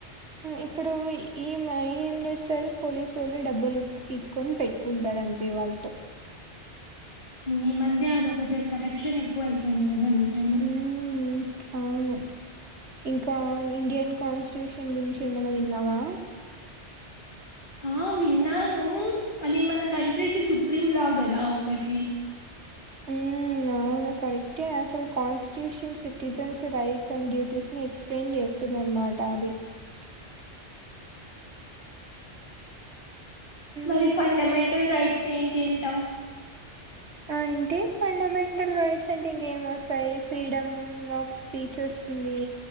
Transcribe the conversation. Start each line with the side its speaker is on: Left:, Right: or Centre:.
Right: ఇప్పుడు ఏం ఏం చేస్తారు పోలీసోళ్ళు డబ్బులు పీక్కోని పెట్టుకుంటారు అంతే వాల్తో
Left: ఈ మధ్య అదొకటి కరప్షన్ ఎక్కువ అయిపోయింది కదా నిజమే
Right: మ్ అవును ఇంకా ఇండియన్ కాన్స్టిట్యూషన్ గురించి ఏమైనా విన్నావా అవు
Left: ఆ! విన్నాను అది మన కంట్రీకి సుప్రీంలా కదా ఒకటి
Right: ఉ ఆవును కరెక్టే అసలు constitution citizens rights and duties ని ఎక్స్ప్లెయిన్ చేస్తారు అనమాట అది
Left: ఉ మరి
Right: మ్
Left: ఫండమెంటల్ రైట్స్ ఏంటి అంటావు
Right: అ అంటే ఫండమెంటల్ రైట్స్ అంటే ఇంకేం వస్తాయి ఫ్రీడమ్ ఆఫ్ స్పీచ్ వస్తుంది